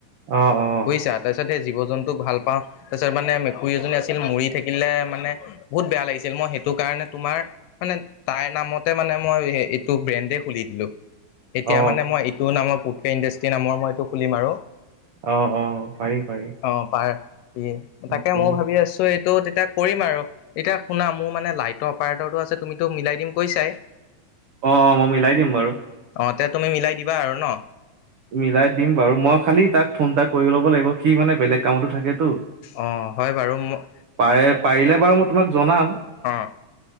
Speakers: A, on the right; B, on the left.
A: অ অহ।
B: চা, তাৰ পিছত সেই জীৱ জন্তুক ভাল পাওঁ। তাছত মানে মেকুৰী এজনী আছিল মৰি থাকিলে মানে- বহুত বেয়া লাগিছিল। মই সেইটো কাৰণে তোমাৰ মানে তাইৰ নামতে মানে মই সে এইটো ব্ৰেণ্ডে খুলি দিলোঁ। এতিয়া
A: অ
B: মানে মই এইটো নামৰ, পুট্‌কে ইণ্ডাষ্ট্ৰি নামৰ মই এইটো খুলিম আৰু।
A: অ অ পাৰি পাৰি।
B: অ পাৰ ঠিকেই,
A: বাকী
B: তাকে মও ভাৱি আছোঁ, এইটো তেতিয়া কৰিম আৰু। এতিয়া শুনা, মোৰ মানে লাইটৰ অপাৰেটৰটো আছে তুমিটো মিলাই দিম কৈছাই?
A: অ অ মই মিলাই দিম বাৰু।
B: অ তেত্ তুমি মিলাই দিবা আৰু ন?
A: মিলাই দিম বাৰু। মই খালি তাক ফোন এটা কৰি ল'ব লাগিব। সি মানে বেলেগ কামটো থাকেটো।
B: অ হয় বাৰু। ম-
A: পাৰে, পাৰিলে বাৰু মই তোমাক জনাম।
B: অ